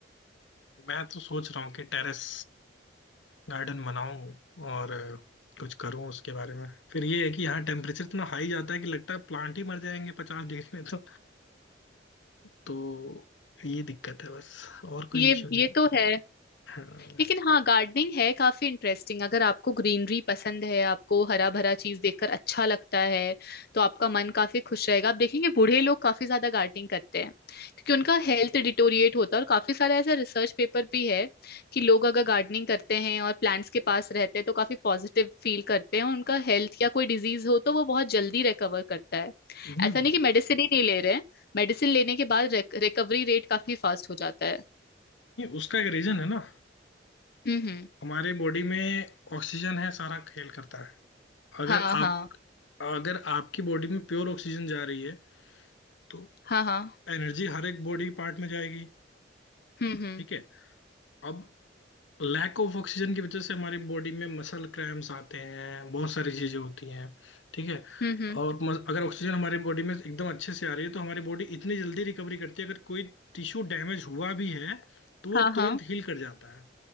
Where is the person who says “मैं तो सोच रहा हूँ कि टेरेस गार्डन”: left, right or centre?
Left